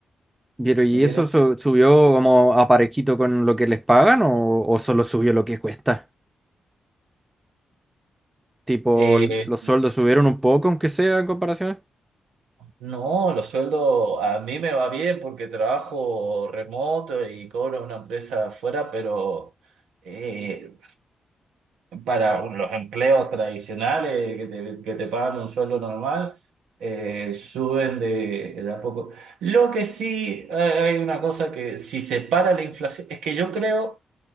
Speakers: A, on the right; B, on the right.
A: Pero, ¿y
B: Subieron
A: eso su- subió como a parejito con lo que les pagan o, o solo subió lo que cuesta? Tipo,
B: Eh,
A: l- los sueldos subieron un poco, aunque sea en comparación.
B: no, los sueldos a mí me va bien porque trabajo remoto y cobro una empresa afuera, pero eh, para un- los empleos tradicionales que te, que te pagan un sueldo normal, eh, suben de, de a poco. Lo que sí eh, hay una cosa que si se para la inflación, es que yo creo